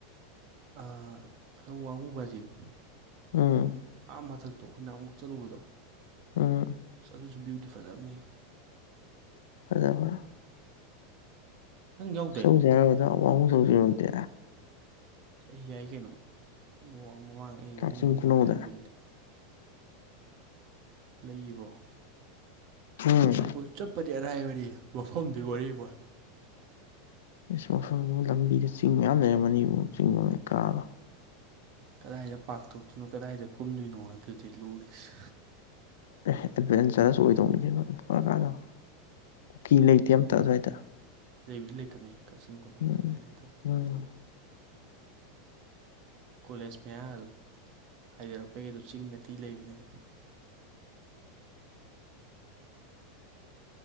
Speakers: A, on the right; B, on the left.
A: ꯑ ꯑꯁꯣꯝ ꯋꯥꯡꯉꯨ ꯕꯥꯖꯤꯗꯣ
B: ꯎꯝ
A: ꯑꯥ ꯃꯊꯛꯇꯣ ꯑꯩꯈꯣꯏ ꯅꯍꯥꯃꯨꯛ ꯆꯠꯂꯨꯕꯗꯣ
B: ꯎꯝ
A: ꯑꯗꯨꯖꯨ ꯁꯨ ꯕꯌꯨꯗꯤ ꯐꯖꯕꯅꯦ
B: <unintelligible>
A: ꯅꯪ ꯌꯥꯎꯗꯥꯏꯅꯦ
B: ꯆꯧ ꯆꯥꯅꯕꯗꯣ ꯋꯥꯉꯨ ꯆꯠꯂꯨꯁꯤꯔꯣꯗꯨꯗꯤ
A: ꯆꯍꯤ ꯌꯥꯏ ꯀꯩꯅꯣ ꯅꯣ ꯃꯃꯥꯡ ꯑꯩ ꯋꯥꯡꯉꯨ
B: ꯀꯛꯆꯤꯡ
A: ꯋꯥꯡꯉꯨꯅ
B: ꯈꯨꯅꯧꯗ
A: ꯍꯥꯏꯔꯝꯃꯤꯗꯨꯗꯤ ꯂꯩꯔꯤꯕꯣ
B: ꯎꯝ
A: ꯆꯠꯄꯨ ꯆꯠꯄꯗꯤ ꯑꯔꯥꯏꯕꯗꯤ ꯃꯐꯝꯗꯨꯒꯤ ꯋꯥꯔꯤ ꯋꯥ
B: ꯏꯁꯃꯠ ꯐꯣꯟ ꯂꯝꯕꯤꯗ ꯆꯤꯡ ꯃꯌꯥꯝ ꯂꯩꯔꯝ ꯃꯅꯤꯄ ꯆꯤꯡ ꯑꯃ ꯀꯥꯗꯣ
A: ꯀꯗꯥꯏꯗ ꯄꯥꯛ ꯇꯧꯗꯨꯏꯅꯣ ꯀꯗꯥꯏꯗ ꯀꯨꯝꯗꯣꯏꯅꯣ ꯑꯗꯨꯗꯤ ꯂꯨꯔꯤꯁꯦ
B: ꯑꯦ ꯑꯦꯗꯚꯦꯟꯆꯔꯁ ꯑꯣꯏꯗꯧꯅꯤ ꯀꯩꯅꯣꯅꯨꯄꯥ ꯀꯥꯏꯅꯣ ꯀꯨꯀꯤ ꯂꯩꯇꯦ ꯑꯝꯇ ꯑꯗꯨ꯭ꯋꯥꯏꯗ
A: ꯂꯩꯕꯗꯤ ꯂꯩꯇꯕꯅꯦ ꯀꯛꯆꯤꯡ ꯀꯣ
B: ꯎꯝ
A: ꯑꯗꯨꯗ ꯑꯩ ꯂꯩꯇꯕ
B: ꯎꯝ
A: ꯀꯣꯂꯦꯖ ꯃꯌꯥꯒꯗꫭ ꯍꯥꯏꯗꯔꯛꯄꯒꯤ ꯑꯗꯨ ꯆꯤꯡꯉ ꯊꯤ ꯂꯩꯕꯅꯦꯕ